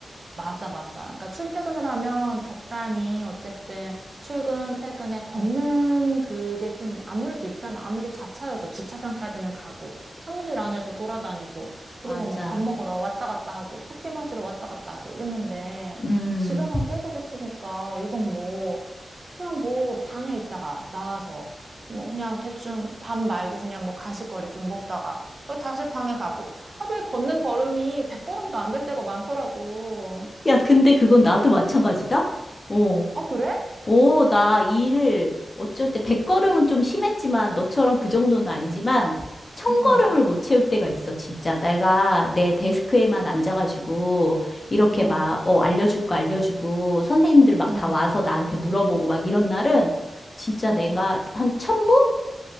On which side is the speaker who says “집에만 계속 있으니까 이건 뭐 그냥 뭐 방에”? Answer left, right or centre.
Right